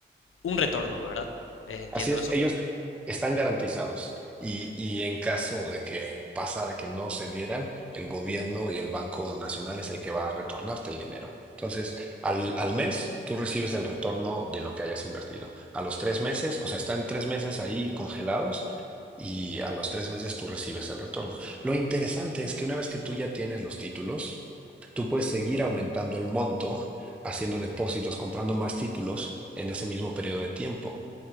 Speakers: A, on the left; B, in the centre.
A: un retorno, ¿verdad? Eh, ¿Entiendo
B: Así es,
A: eso?
B: ellos están garantizados. Y, y en caso de que pasara que no se dieran, el gobierno y el Banco Nacional es el que va a retornarte el dinero. Entonces, al, al mes, tú recibes el retorno de lo que hayas invertido. A los tres meses, o sea, están tres meses ahí congelados y a los tres meses tú recibes el retorno. Lo interesante es que una vez que tú ya tienes los títulos, tú puedes seguir aumentando el monto, haciendo depósitos, comprando más títulos en ese mismo periodo de tiempo